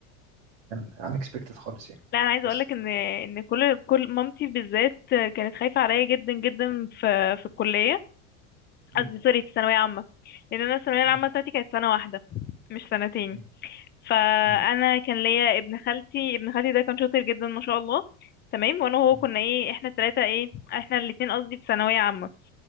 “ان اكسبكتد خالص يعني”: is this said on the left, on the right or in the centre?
Right